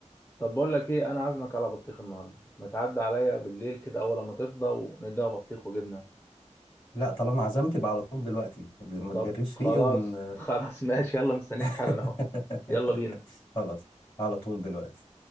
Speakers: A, on the left; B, on the left.
A: طب بقول لك إيه أنا عازمك على بطيخ النهاردة ما تعدي عليا بالليل كده أول ما تفضى ونديها بطيخ وجبنة
B: لا طالما عزمت يبقى على طول دلوقتي ما
A: طب
B: تجريش
A: خلاص
B: ريقي ون
A: <laughs> خلاص ماشي يلا مستنيك
B: <laughs>
A: حالا أهو يلا بينا
B: خلاص على طول دلوقتي